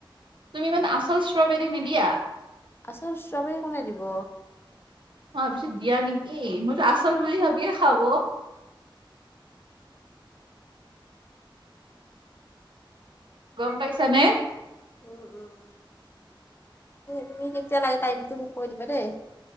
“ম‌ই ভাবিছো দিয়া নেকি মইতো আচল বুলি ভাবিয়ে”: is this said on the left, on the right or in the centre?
Right